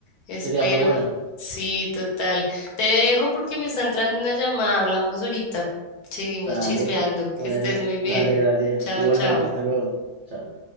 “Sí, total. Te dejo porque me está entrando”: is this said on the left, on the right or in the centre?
Left